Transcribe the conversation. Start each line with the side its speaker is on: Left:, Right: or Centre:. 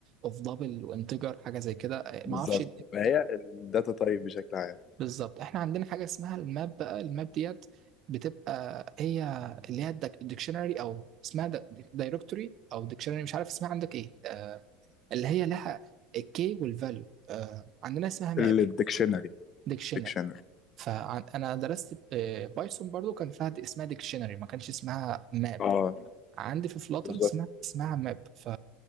Right: اوف دبل وانتجر حاجه زي كده
Left: بالظبط
Right: ما اعرفش
Left: هي الداتا تايب بشكل عام
Right: بالظبط احنا عندنا حاجه اسمها الماب بقى الماب ديت بتبقى هي اللي هي الديكشنري او اسمها دايركتوري او ديكشنري مش عارف اسمها عندك ايه آه اللي هي لها الكي والفاليو آه عندنا اسمها ماب
Left: الديكشنري
Right: ديكشنري
Left: ديكشنري
Right: فانا درست آه بايثون برضو كان فيها دي- اسمها ديكشنري ما كانش اسمها ماب
Left: اه
Right: عندي في فلاتر
Left: بالظبط
Right: اسمها اسمها ماب ف